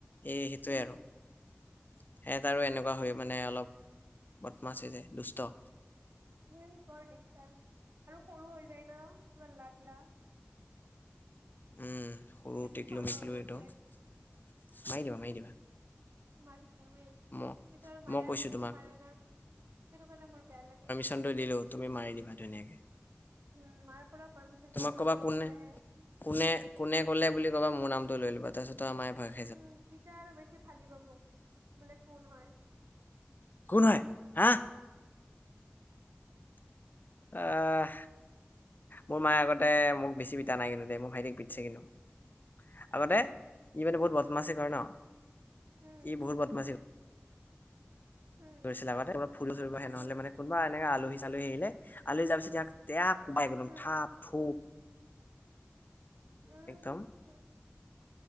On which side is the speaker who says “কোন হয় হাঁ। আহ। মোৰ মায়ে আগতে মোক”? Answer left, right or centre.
Left